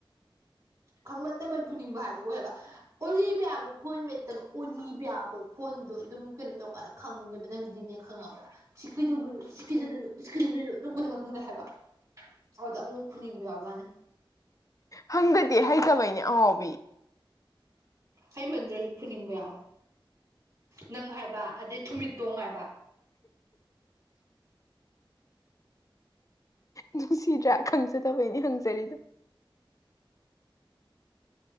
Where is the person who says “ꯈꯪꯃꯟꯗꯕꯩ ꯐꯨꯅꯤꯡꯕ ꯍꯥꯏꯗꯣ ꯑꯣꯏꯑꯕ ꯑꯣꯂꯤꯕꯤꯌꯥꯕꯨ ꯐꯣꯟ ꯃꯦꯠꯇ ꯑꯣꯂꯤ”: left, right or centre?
Right